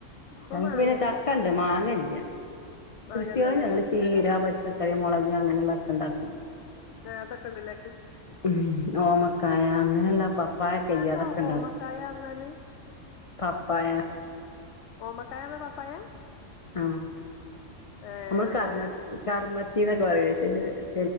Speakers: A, on the left; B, on the left.
A: ഞങ്ങക്ക്
B: മാങ്ങല്ല
A: പിന്നെ ചക്കണ്ട്
B: ചക്ക
A: മാങ്ങ ഇല്ല്യ
B: മാങ്ങല്ലല്ലേ
A: കൃഷ്യാള് ഞങ്ങൾ ചീര പച്ചക്കറി മുളക് അങ്ങനെ ഉള്ള ഒക്കെ ഇണ്ടാക്കും
B: ആഹ് അതൊക്കെ ഇണ്ട്ല്ലേ
A: ഉം ഓമക്കായ അങ്ങനെള്ള പപ്പായൊക്കെ
B: അതെന്താ
A: ഇല്ലേ അതൊക്കെ ഇണ്ടാക്കും
B: ഓമക്കായ പറഞ്ഞാല്
A: പപ്പായ
B: ഓമക്കായാ തന്നെ പാപ്പായ
A: ആഹ
B: ഏഹ്
A: നമ്മള്
B: അതെ
A: കർമ്മ
B: ഞങ്ങ
A: കർമ്മത്തിന്നൊക്കെ പറയേ ചെലേ